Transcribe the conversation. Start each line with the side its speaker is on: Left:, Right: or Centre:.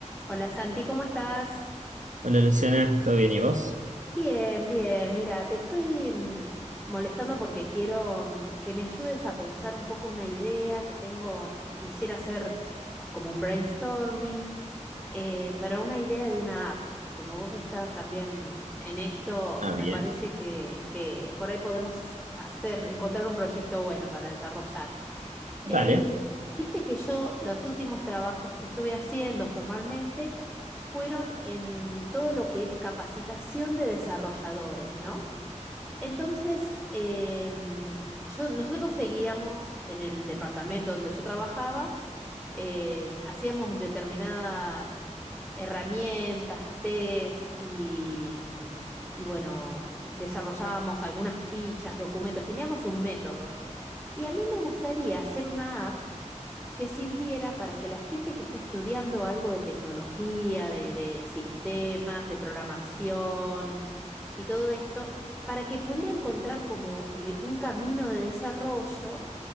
Centre: Hola Santi, ¿cómo estás?
Right: Hola Luciana, ¿todo bien y vos?
Centre: Bien, bien. Mira, te estoy mm, molestando porque quiero mm, que me ayudes a pensar un poco una idea que tengo, que quisiera hacer como un brainstorming, eh, para una idea de una app. Como vos estás también en esto,
Right: Ah,
Centre: me
Right: bien.
Centre: parece que, que por ahí podemos hacer, encontrar un proyecto bueno para desarrollar. Em,
Right: Dale,
Centre: viste que yo los últimos trabajos que estuve haciendo formalmente fueron en todo lo que es capacitación de desarrolladores, ¿no? Entonces, em, yo, nosotros seguíamos en el departamento donde yo trabajaba, em, hacíamos determinadas herramientas, test y, y bueno, desarrollábamos algunas fichas, documentos, teníamos un método. Y a mí me gustaría hacer una app que sirviera para que la gente que está estudiando algo de tecnología, de, de sistemas, de programación y todo esto, para que pudiera encontrar como el- un camino de desarrollo